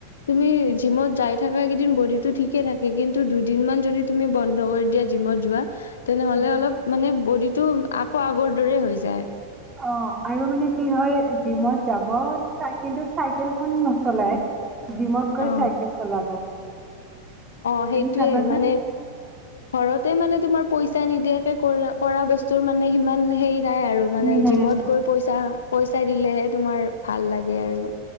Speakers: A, on the left (about 65°); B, on the right (about 20°).
A: তুমি জিমত যায় থাকা কিদিন বডিটো ঠিকে থাকে, কিন্তু দুদিন মান যদি তুমি বন্ধ কৰি জিমত যোৱা তেনেহ'লে
B: উম,
A: অলপ মানে বডিটো আকৌ আগৰ দৰে হৈ যায়।
B: অ', আৰু মানে কি হয়, জিমত যাব কিন্তু, চাইকেলখন নচলাই। জিমত গৈ
A: অ
B: চাইকেল চলাব।
A: অ', সেইটোৱে
B: তুমি চাবাচোন
A: মানে ঘৰতে মানে তোমাৰ পইচা নিদিয়াকে কৰা, কৰা বস্তুৰ মানে সিমান হেৰি নাই আৰু। মানে
B: ই নাই
A: জিমত
B: আৰু।
A: গৈ পইচা, পইচা দিলেহে তোমাৰ ভাল লাগে আৰু।